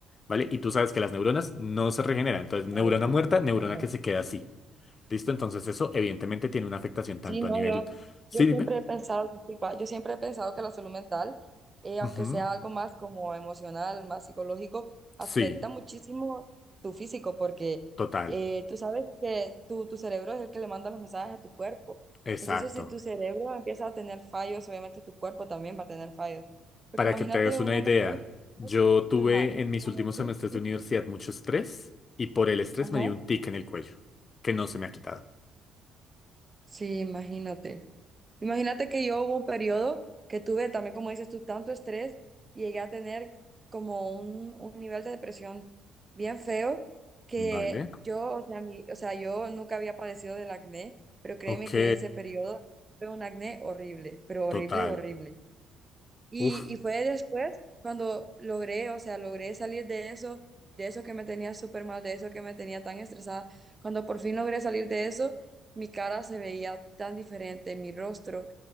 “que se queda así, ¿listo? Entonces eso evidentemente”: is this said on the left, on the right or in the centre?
Left